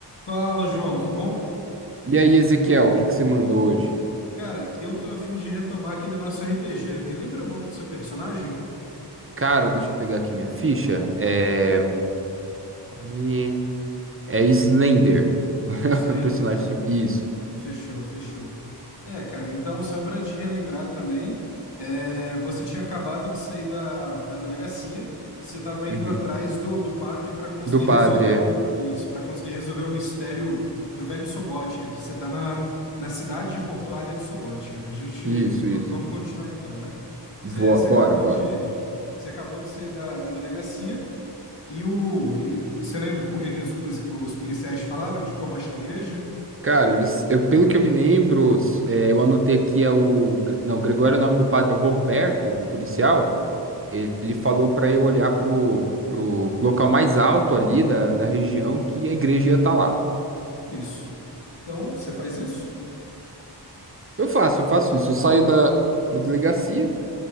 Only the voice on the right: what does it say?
E aí, Ezequiel, o que que você manda hoje?
Cara, deixa eu pegar aqui minha ficha. É. aí, É Slender. <laughs>
O personagem.
se- Isso.
Uhum.
Do padre,
é.
Isso,
isso.
Vo-
Bora,
bora.
Cara, eles... eu- pelo que eu me lembro, s- é, eu anotei aqui é o. Gre- Não, Gregório é o nome do padre é Roberto, o policial. Ele ele falou pra eu olhar pro, pro local mais alto ali da, da região que a igreja ia estar lá.
Eu faço, eu faço isso. Eu saio da da delegacia.